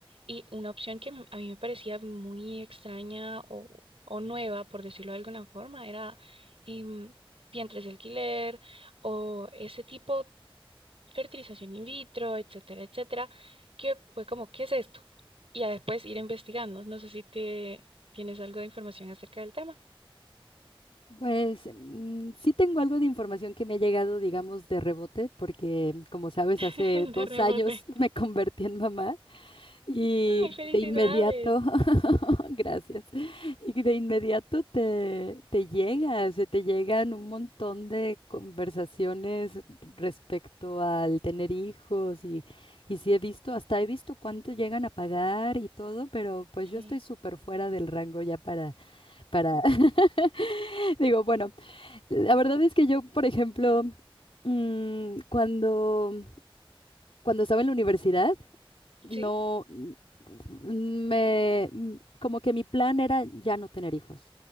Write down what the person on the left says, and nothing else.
Pues mm, sí tengo algo de información que me ha llegado, digamos, de rebote, porque como sabes,
hace dos
años <laughs> me convertí en mamá y
de inmediato, <laughs> gracias, y de inmediato te, te llega, se te llegan un montón de conversaciones respecto al tener hijos y, y sí he visto, hasta he visto cuánto llegan a pagar y todo, pero pues
yo estoy súper fuera del rango ya para, para, <laughs> digo, bueno, la verdad es que yo, por ejemplo, mm, cuando, cuando estaba en la universidad, no
mm, me mm, como que mi plan era ya no tener hijos,